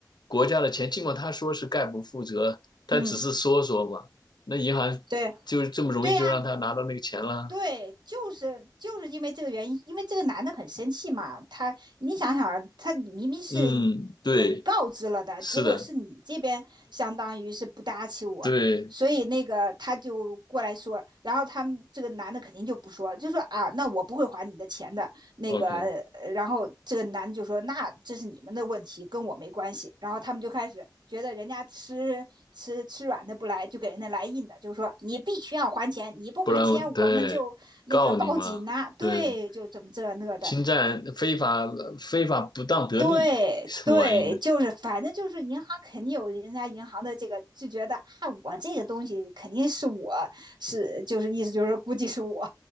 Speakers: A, on the left (about 75°); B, on the right (about 80°).
A: 国家的钱，尽管他说是概不负责，但只是说说嘛，
B: 嗯，
A: 那银行就是这么容易就让他拿到那个钱了。
B: 对对呀、啊对，就是就是因为这个原因，因为这个男的很生气嘛，他你想想啊，他明明是
A: 嗯，对，
B: 呃告知了的，
A: 是的，
B: 结果是你这边相当于是不搭起我，
A: 对
B: 所以那个他就过来说，然后他们这个男的肯定就不说，就说啊，那我不会还你的钱的，那个，
A: ，OK，
B: 然后这个男的就说：“那这是你们的问题，跟我没关系。”然后他们就开始觉得人家吃吃吃软的不来，就给人家来硬的，就是说你必须要还钱，你不还钱我们就那个报警呐、
A: 不然我对告你嘛，对，
B: 对，就怎么这那的，
A: 侵占非法非法不当得利什么玩意呢？
B: 对对，就是反正就是银行肯定有人家银行的这个就觉得啊，我这个东西肯定是我是就是意思就是估计是我